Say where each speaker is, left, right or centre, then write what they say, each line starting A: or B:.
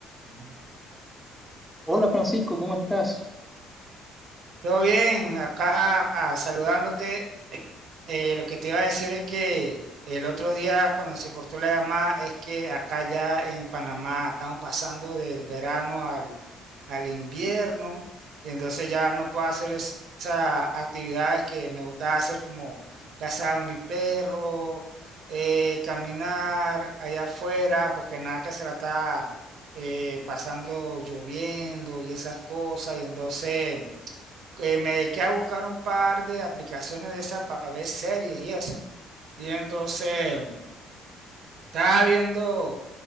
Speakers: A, on the right (about 65°); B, in the centre.
A: Ujú.
B: Hola Francisco, ¿cómo estás?
A: Todo bien, acá saludándote. Eh, lo que te iba a decir es que el otro día cuando se cortó la llamada es que acá ya en Panamá estamos pasando del verano al, al invierno y entonces ya no puedo hacer es- esas actividades que me gustaba hacer como pasar a mi perro, eh, caminar allá afuera porque nada que se la está eh, pasando lloviendo y esas cosas y entonces... que me dediqué a buscar un par de aplicaciones de esas para ver series y eso. Y entonces mm, estaba viendo